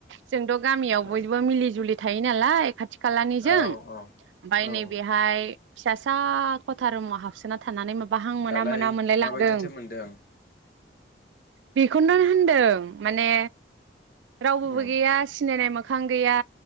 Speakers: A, on the right (about 85°); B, on the left (about 55°).
A: जोंथ' गामियाव बयबो
B: औ
A: मिलि जुलि थायो नालाय खाथि खालानिजों
B: औ औ
A: ओमफ्राय
B: औ
A: नैबेहाय फिसासा खथा रुमा हाबसोना था नानै माबा हां मोना
B: दालाय
A: मोना मोनलाय
B: माबायदिथो
A: लांदों
B: मोनदों
A: बेखौनो होनदों माने रावबोबो
B: उम
A: गैया सिनायनाय माख। खां गैया